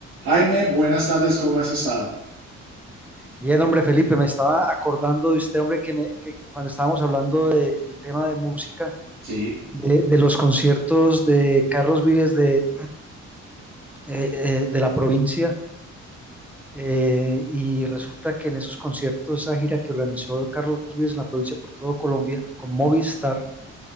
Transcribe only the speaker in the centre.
Bien, hombre, Felipe, me estaba acordando de usted, hombre, que, me- que cuando estábamos hablando del tema de música,
de, de los conciertos de Carlos Vives de, eh, eh, de la provincia, eh, y resulta que en esos conciertos, esa gira que organizó Carlos Vives en la provincia por todo Colombia con Movistar,